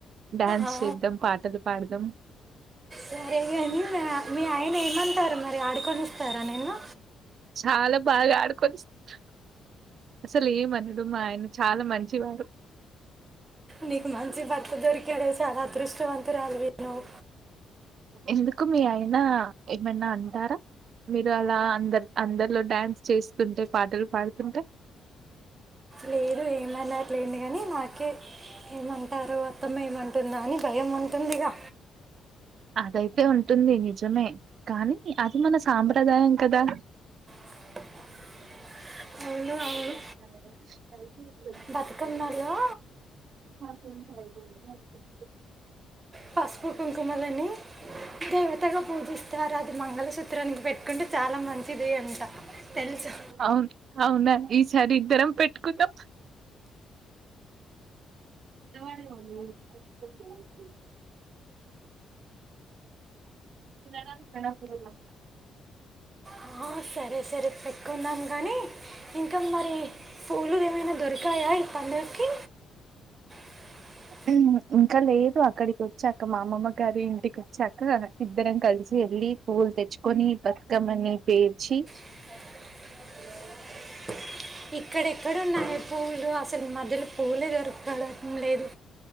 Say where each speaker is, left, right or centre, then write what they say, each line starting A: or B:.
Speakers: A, on the right; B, on the right.
A: డ్యాన్స్
B: ఆ,
A: చేద్దం పాటలు పాడుదాం
B: సరేగాని మీ మీ అంటారు మరి ఆడుకొనిస్తార నిన్ను
A: చాలా బాగా ఆడుకొనిస్తారు అసలు ఏమనడు మా ఆయన చాలా మంచివారు
B: నీకు మంచి భర్త దొరికాడే చాలా అదృష్టవంతురాలివి నువ్వు
A: ఎందుకు మీ ఆయనా ఏమన్నా అంటార మీరు అలా అందరు అందరిలో డ్యాన్స్ చేస్తుంటే పాటలు పాడుతుంటే
B: లేదు ఏమనరు లేండి గానీ కే ఏమంటారో అత్తమ్మ ఏమంటుందో అని భయం ఉంటుందిగా
A: అదైతే ఉంటుంది నిజమే కాని అది మన సాంప్రదాయం కదా
B: <unintelligible> అవును
A: <unintelligible>
B: బతుకమ్మలో
A: <unintelligible>
B: పసుపు కుంకుమలని దేవతగా పూజిస్తారు అది మంగళసూత్రానికి పెట్టుకుంటే చాలా మంచిది అంట తెలుసు
A: అవును. అవునా అండీ ఈ సారి ఇద్దరం పెట్టుకుందం <unintelligible> పిల్లగాళ్ళు దడ బుడా
B: ఆ, సరే సరే పెట్టుకుందాం గానీ ఇంక మరి పూలు ఏమైనా దొరుకు తాయా ఈ పండగకి <unintelligible>
A: ఉమ్ ఇంకా లేదు అక్కడికి వచ్చాక మా అమ్మమ్మ గారి ఇంటికి వచ్చాక ఇద్దరం కలిసి వెళ్ళ ళ్ళి పూలు తెచ్చుకొని బతుకమ్మని పేర్చి
B: <unintelligible> ఇక్కడెక్కడ ఉన్నాయి పూలు అసలు ఈ మధ్యలో పూలే దొరకడం లేదు